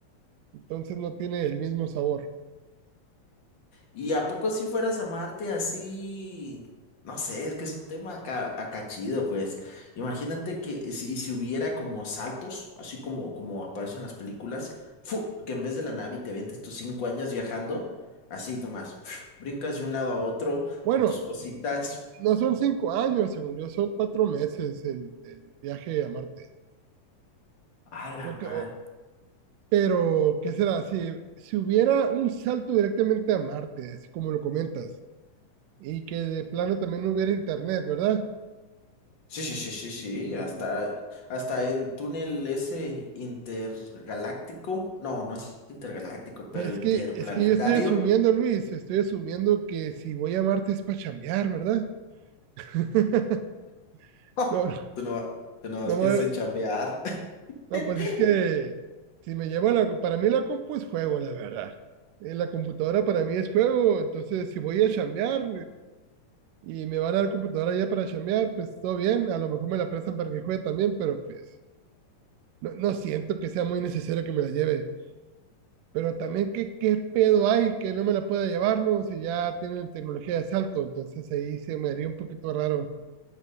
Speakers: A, on the right; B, on the left.
A: Entonces no tiene el mismo sabor.
B: ¿Y a poco si fueras a Marte así? No sé, es que es un tema acá, acá chido, pues. Imagínate que si, si hubiera como saltos, así como, como aparece en las películas, ¡fu! que en vez de la nave te avientes tus cinco años viajando, así nomás, <sniffs> ¡fiu! brincas de un lado a otro
A: Bueno,
B: con tus cositas.
A: no son cinco años, según yo, son cuatro meses el, el viaje a Marte.
B: A la
A: O que- o-
B: madre.
A: Pero, ¿qué será? Si, si hubiera un salto directamente a Marte, así como lo comentas, y que de plano también no hubiera internet, ¿verdad?
B: Sí, sí, sí, sí, sí,
A: Mm,
B: hasta, hasta el túnel ese intergaláctico, no, no es intergaláctico, pero
A: Es
B: interplanetario.
A: que, es que yo estoy asumiendo, Luis, estoy asumiendo que si voy a Marte es para chambear, ¿verdad? <laughs>
B: <laughs> ¡Oh!
A: No, no,
B: Tú no, tú no
A: no, me-
B: piensas en chambear. <laughs>
A: no, pues es que si me llevo la, para mí la compu es juego, la verdad. Eh, La computadora para mí es juego, entonces si voy a chambear, y me van a dar computadora ya para chambear, pues todo bien, a lo mejor me la prestan para que juegue también, pero pues no, no siento que sea muy necesario que me la lleve. Pero también, ¿qué, qué pedo hay que no me la pueda llevar, no? Si ya tienen tecnología de asalto, entonces ahí se me haría un poquito raro.